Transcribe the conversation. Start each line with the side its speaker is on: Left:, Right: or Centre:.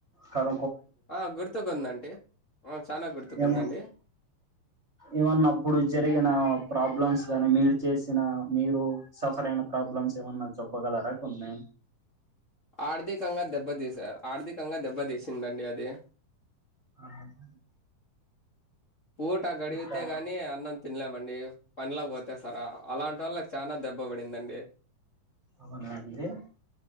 Right: కర
Left: ఆ గుర్తుకుందండి ఆ చానా గుర్తుకుందండి
Right: ఏమ ఏమన్నప్పుడు జరిగిన ప్రాబ్లమ్స్ గానీ మీరు చేసిన మీరు సఫర్ అయిన ప్రాబ్లమ్స్ ఏమన్నా చెప్పగలరా కొన్ని
Left: ఆర్థికంగా దెబ్బతీసారు ఆర్థికంగా దెబ్బతీసిందండి అది
Right: ఆ,
Left: పూట గడిగితే
Right: ఇంకా
Left: గాని అన్నం తినలేమండి పనిలా పోతే సారా అలాంటోళ్లకు చాన దెబ్బ పడిందండి
Right: అవునా అండి